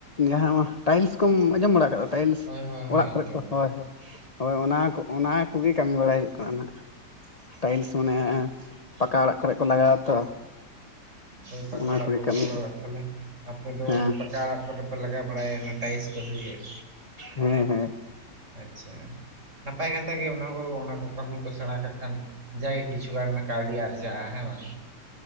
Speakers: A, on the left (about 30°); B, on the right (about 45°).
A: ᱡᱟᱦᱟᱸ ᱴᱟᱭᱤᱞᱥ ᱠᱚᱢ ᱟᱸᱡᱚᱢ ᱵᱟᱲᱟ ᱟᱠᱟᱫᱟ᱾ ᱴᱟᱭᱤᱞᱥ
B: ᱦᱳᱭ ᱦᱳᱭ ᱦᱳᱭ
A: ᱚᱲᱟᱜ
B: ᱟᱸᱡᱚᱢ
A: ᱠᱚᱨᱮ ᱠᱚ ᱦᱳᱭ ᱦᱳᱭ ᱦᱳᱭ ᱚᱱᱟᱠᱚ ᱚᱱᱟ ᱠᱚᱜᱮ ᱠᱟᱹᱢᱤ ᱵᱟᱲᱟᱭ ᱦᱩᱭᱩᱜ ᱠᱟᱱᱟ ᱱᱟᱦᱟᱜ᱾ ᱴᱟᱭᱤᱞᱥ ᱢᱟᱱᱮ ᱯᱟᱠᱟ ᱚᱲᱟᱜ ᱠᱚᱨᱮ ᱠᱚ ᱞᱟᱜᱟᱣᱟ ᱛᱚ᱾
B: ᱦᱳᱭ ᱯᱟᱠᱟ
A: ᱚᱱᱟ
B: ᱚᱲᱟᱜ
A: ᱠᱚᱜᱮ
B: ᱠᱚᱨᱮ
A: ᱠᱟᱹᱢᱤ
B: ᱞᱟᱜᱟ ᱛᱟᱦᱞᱮ ᱟᱯᱮ ᱫᱚ
A: ᱦᱮᱸ
B: ᱚᱱᱮ ᱯᱟᱠᱟ ᱚᱲᱟᱜ ᱠᱚᱨᱮ ᱠᱚ ᱞᱟᱜᱟ ᱵᱟᱲᱟᱭᱟᱱᱟ ᱴᱟᱭᱤᱞᱥ ᱠᱚ ᱥᱮ ᱪᱮᱜ?
A: ᱦᱮᱸ ᱦᱮᱸ
B: ᱟᱪᱪᱷᱟ ᱱᱟᱯᱟᱭ ᱠᱟᱛᱷᱟ ᱜᱮ ᱚᱱᱟ ᱠᱚ ᱚᱱᱟ ᱠᱚ ᱠᱟᱹᱢᱤ ᱠᱚ ᱥᱮᱬᱟ ᱠᱟᱜ ᱠᱷᱟᱱ ᱡᱟᱜᱮ ᱠᱤᱪᱷᱩᱜᱟᱱ ᱠᱟᱹᱣᱰᱤ ᱟᱨᱡᱟᱜᱼᱟ ᱦᱮᱸ ᱵᱟᱝ